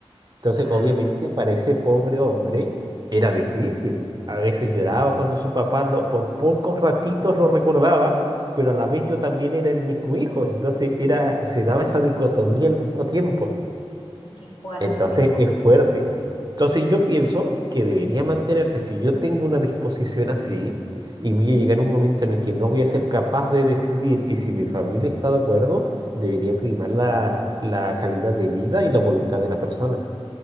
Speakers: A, on the right; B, on the left.
A: entonces,
B: Ah,
A: obviamente, para ese pobre hombre era difícil. A veces lloraba cuando su papá lo, por pocos ratitos lo recordaba, pero a la vez yo también era el mismo hijo. Entonces, era, se daba esa dicotomía al mismo tiempo.
B: qué fuerte,
A: Entonces,
B: qué fuerte.
A: es fuerte. Entonces, yo pienso que debería mantenerse. Si yo tengo una disposición así y voy a llegar a un momento en el que no voy a ser capaz de decidir y si mi familia está de acuerdo, debería primar la, la calidad de vida y la voluntad de la persona.